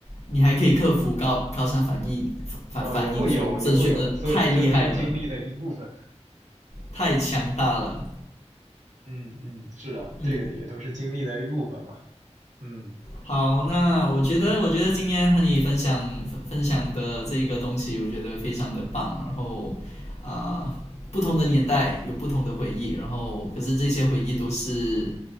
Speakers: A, on the left (about 65°); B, on the right (about 85°).
A: 你还可以克服高高山反应反反反应，
B: 呃，也会有，
A: 所以我真觉得太厉害了，
B: 也会有，所以这都是经历的一部分。
A: 太强大了。
B: 嗯嗯，是的，
A: 嗯。
B: 这个也都是经历的一部分嘛。嗯，
A: 好，那我觉得，我觉得今天和你分享分享的这个东西，我觉得非常的棒。然后啊、呃不同的年代有不同的回忆，然后可是这些回忆都是，